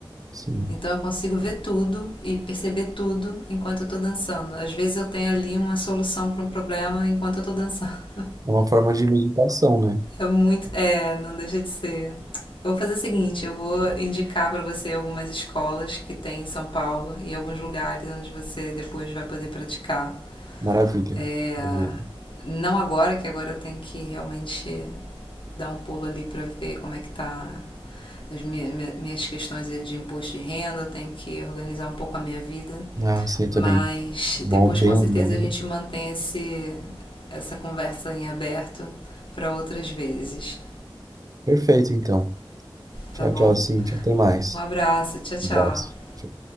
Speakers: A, on the right (about 45°); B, on the left (about 75°).
A: Sim.
B: Então eu consigo ver tudo e perceber tudo enquanto eu tô dançando. Às vezes eu tenho ali uma solução para um problema enquanto eu tô dançando. <laughs>
A: É uma forma de meditação, né?
B: É muito. É, não deixa de ser. Eu vou fazer o seguinte, eu vou indicar para você algumas escolas que tem em São Paulo e alguns lugares onde você depois vai poder praticar
A: Maravilha.
B: É,
A: Maravilha.
B: não agora, que agora eu tenho que realmente dar um pulo ali para ver como é que tá as minhas minhas questões de imposto de renda, eu tenho que organizar um pouco a minha vida.
A: Ah, sim, eu também.
B: Mas
A: Bom,
B: depois
A: bem
B: com certeza
A: bom.
B: a gente mantém esse, essa conversa em aberto para outras vezes,
A: Perfeito, então. Tchau,
B: tá bom?
A: tchau, Cintia. Até mais.
B: Um abraço, tchau, tchau.
A: Um abraço. Tchau.